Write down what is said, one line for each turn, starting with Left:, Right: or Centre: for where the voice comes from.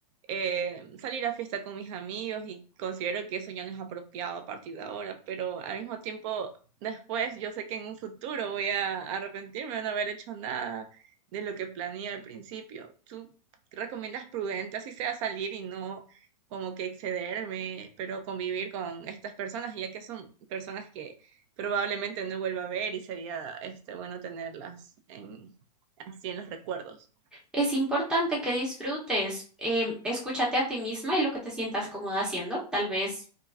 Right: eh, salir a fiesta con mis amigos y considero que eso ya no es apropiado a partir de ahora, pero al mismo tiempo después yo sé que en un futuro voy a arrepentirme de no haber hecho nada de lo que planeé al principio. ¿Tú recomiendas prudente así sea salir y no como que excederme, pero convivir con estas personas, ya que son personas que probablemente no vuelva a ver y sería este bueno tenerlas en, así en los recuerdos.
Centre: Es importante que disfrutes, em, escúchate a ti misma y lo que te sientas cómoda haciendo. Tal vez